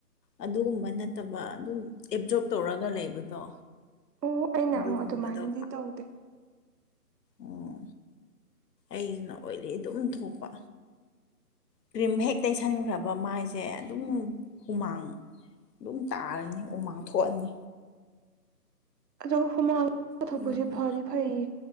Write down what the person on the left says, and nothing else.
ꯑꯗꯨꯒꯨꯝꯕ ꯅꯠꯇꯕ ꯑꯗꯨꯝ ꯑꯦꯞꯖꯣꯞ ꯇꯧꯔꯒ ꯂꯩꯕꯗꯣ
ꯑꯗꯨꯒꯨꯝꯕꯗꯣ
ꯑꯣ ꯑꯩꯅ ꯑꯣꯏꯂꯤ ꯑꯗꯨꯝ ꯊꯣꯛꯄ ꯀ꯭ꯔꯤꯝ ꯍꯦꯛ ꯇꯩꯁꯟꯈ꯭ꯔꯕ ꯃꯥꯏꯁꯦ ꯑꯗꯨꯝ ꯍꯨꯃꯥꯡ ꯑꯗꯨꯝ ꯇꯥꯔꯅꯤ ꯎꯃꯥꯡꯊꯣꯛꯑꯅꯤ
ꯑꯗꯨꯅ